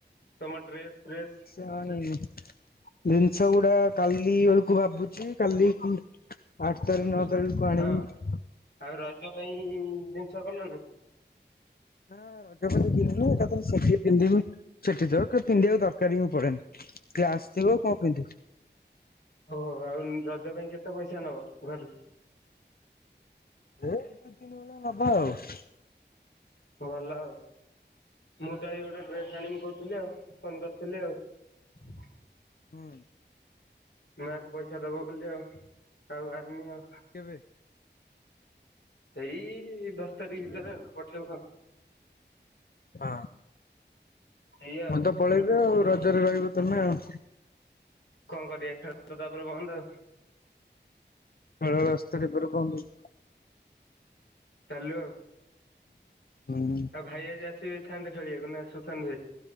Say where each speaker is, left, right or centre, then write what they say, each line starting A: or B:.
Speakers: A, on the left; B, on the left.
A: ତମ ଡ୍ରେସ ଫ୍ରେସ୍
B: ନାଇ ଜିନିଷ ଗୁଡା କାଲି ବେଳକୁ ଭାବୁଛି କାଲି ଆଠ
A: ହଁ
B: ତାରି ନଅ ତାରିକୁ ଆଣିବି
A: ହଁ। ଆଉ ରଜ ପାଇଁ ଜିନିଷ କଲଣିି
B: ନା ରଜପତି କିଣିନି ଏକାଥରେ ସେଠି ପିନ୍ଧିବି ସେଠି ଦରକାର ପିନ୍ଧିବାକୁ ଦରକାର ହିଁ ପଡେନି <inaudible> ସେ ଆସିଥିବ ଆଉ କଣ ପିନ୍ଧିୁ <inaudible>
A: ଓହୋ ଆଉ ରଜ ପାଇଁ କେତେ ପଇସା ନବ ଘରୁ।
B: ଏ ଦି ଦିନ ବେଳେ ହବା ଆଉ <inaudible>
A: ଭଲ ଆଉ ମୁଁ ତ ଏ ଗୋଟେ ଡ୍ରେସ୍ ଆଣିବି କହୁଥିଲି ଆଉ ଫୋନ କରିଥିଲି ଆଉ।
B: ହୁଁ
A: ନୂଆକୁ ପଇସା ଦବ ବୋଲି ଆଉ ଆଉ ଆଣନି ଆଉ।
B: କେବେ
A: ସେଇ ଦଶ ତାରିଖ ଭିତରେ ଆଉ ପଠେଇବ।
B: ହଁ
A: ସେଇଆ ଆଉ
B: ମୁଁ ତ ପଳେଇବେ ଆଉ ରଜରେ ରହିବ ତମେ ଆଉ
A: କଣ କରିବା ଖା ତାପରେ ବନ୍ଦ ଆଉ
B: ଖ ରାସ୍ତାରେ ପ କହନ୍ତୁ <inaudible>
A: ହ୍ୟାଲୋ
B: ହଁ
A: ଭାଇ ଆଜି ଆସିଥାନ୍ତେ ଖେଳିବାକୁ ନା ସୁଶାନ୍ତ ଭାଇ